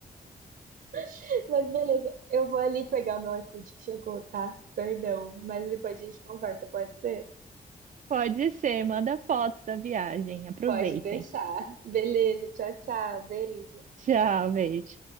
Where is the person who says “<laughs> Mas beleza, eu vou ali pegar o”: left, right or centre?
Right